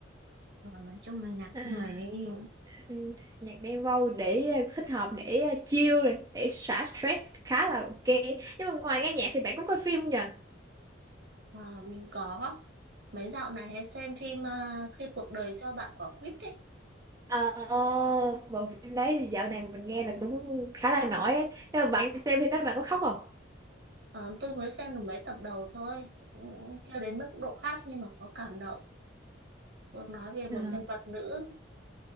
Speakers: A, on the right (about 60°); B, on the right (about 20°).
A: Ờ, nói chung là nhạc
B: <laughs>
A: của người ấy.
B: Ừ, nhạc Đen Vâu để ờ, thích hợp để ờ, chill này, để xả stress khá là ok nhưng mà ngoài nghe nhạc thì bạn có coi phim không nhờ
A: Ờ, mình có mấy dạo này hay xem phim ờ, khi cuộc đời cho bạn quả quýt đấy.
B: ờ bộ phim đấy thì dạo này mình nghe là cũng khá là nổi á nhưng mà bạn xem phim đó bạn có khóc không
A: Ờ, tôi mới xem được mấy tập đầu thôi, cũng chưa đến mức độ khác nhưng mà có cảm động. Được nói về một
B: ờ
A: nhân vật nữ